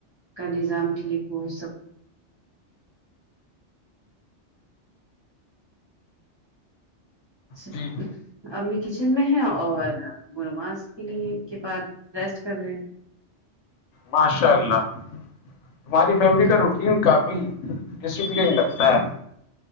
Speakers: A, on the right; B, on the left.
A: کا نظام ٹھیک ہو سب سب
B: جی
A: امی کچن میں ہے اور وہ نماز کے لیے کے بعد ریسٹ کر رہے ہیں
B: ماشاء اللہ ہماری فیملی کا روٹین کافی ڈسپلن لگتا ہے